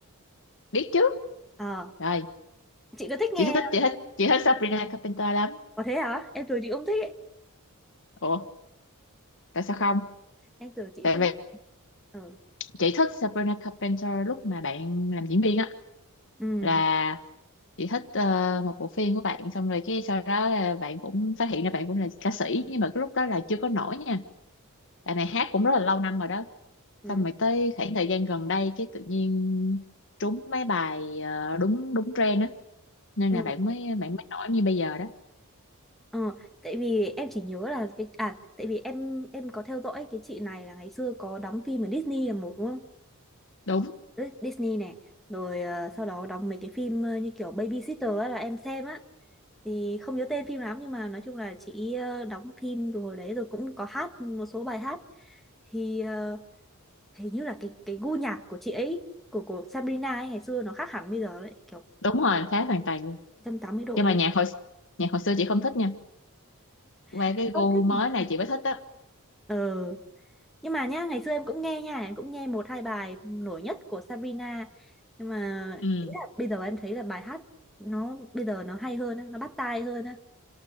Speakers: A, on the left; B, in the centre.
A: Biết chứ?
B: Ờ,
A: Trời,
B: chị có thích nghe?
A: chị thích, chị thích, chị thích Sabrina Carpenter lắm.
B: Có thế hả? Em tưởng chị không thích ấy.
A: Ủa, tại sao không?
B: Em tưởng chị
A: Tại
B: không.
A: vì
B: Ờ,
A: chị thích Sabrina Carpenter lúc mà bạn làm diễn viên á,
B: ừ,
A: là chị thích ờ, một bộ phim của bạn, xong rồi cái sau đó là bạn cũng phát hiện ra bạn cũng là ca sĩ, nhưng mà cái lúc đó là chưa có nổi nha. Bạn này hát cũng rất là lâu năm rồi đó.
B: ừ,
A: Xong rồi tới khoảng thời gian gần đây, cái tự nhiên trúng mấy bài ờ, đúng đúng trend á, nên
B: ừ.
A: là bạn mới bạn mới nổi như bây giờ đó.
B: Ờ, tại vì em chỉ nhớ là cái à tại vì em em có theo dõi cái chị này là ngày xưa có đóng phim ở Disney là một đúng không?
A: đúng
B: Đấy, Disney này, rồi ờ, sau đó đóng mấy cái phim ờ, như kiểu Babysitter á, là em xem á. Thì không nhớ tên phim lắm nhưng mà nói chung là chị ờ, đóng phim rồi đấy rồi cũng có hát một số bài hát. Thì ờ, hình như là cái cái gu nhạc của chị ấy của của Sabrina ấy ngày xưa nó khác hẳn bây giờ đấy, kiểu
A: đúng rồi khác hoàn toàn luôn
B: 180 độ.
A: nhưng mà
B: luôn.
A: nhạc hồi nhạc hồi xưa chị không thích nha qua
B: Em
A: cái
B: rất
A: gu
B: thích.
A: mới
B: mà.
A: này chị mới thích á
B: Ờ nhưng mà nhá ngày xưa em cũng nghe nha em cũng nghe một hai bài nổi nhất của Sabrina nhưng mà
A: ừ
B: bây giờ em thấy là bài hát nó bây giờ nó hay hơn á, nó bắt tai hơn á